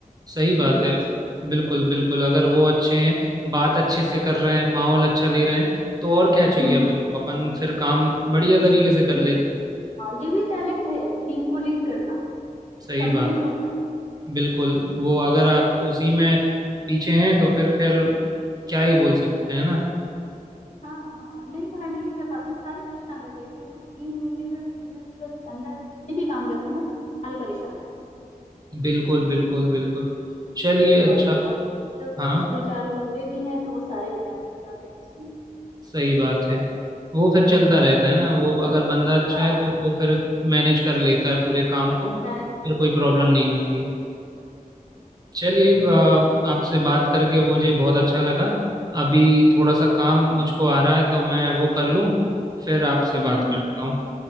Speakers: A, on the right; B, on the left.
A: सही
B: एक्सपीरियंस्ड
A: बात है बिल्कुल बिल्कुल अगर वो अच्छे हैं बात अच्छे से कर रहे हैं माहौल अच्छा दे रहे हैं तो और क्या चाहिए
B: हम्म
A: अपन को अपन फिर काम बढ़िया तरीके से कर
B: ये
A: लेते हैं
B: हाँ, ये भी टैलेंट है टीम को लीड करना
A: सही
B: सब
A: बात
B: में नहीं होता
A: है
B: है
A: बिल्कुल वो अगर आप उसी में पीछे हैं तो फिर खैर क्या ही बोल सकते हैं ना
B: हाँ हाँ नहीं तो हैंडल नहीं कर पाते ना सारे परेशान रहते हैं फिर वो टीम लीडर लीडर जो है उसके अंदर जितने भी काम करते हैं ना सारे परेशान रहते हैं
A: बिल्कुल बिल्कुल बिल्कुल चलिए अच्छा
B: और अगर वो उसमें
A: हाँ
B: दो चार लोग बुरे भी हैं तो वो सारे मैनेज हो जाते हैं उसमें
A: सही बात है वो फिर चलता रहता है ना वो अगर बंदा अच्छा
B: हाँ
A: है तो वो फिर मैनेज कर लेता है पूरे काम को
B: मैं
A: फिर कोई प्रॉब्लम
B: हाँ
A: नहीं
B: जी
A: आती है चलिए अ, आपसे बात करके मुझे बहुत अच्छा लगा अभी थोड़ा सा काम मुझको आ रहा है तो मैं वो कर लूँ फिर आपसे
B: हम्म
A: बात
B: हम्म, हम्म,
A: करता हूँ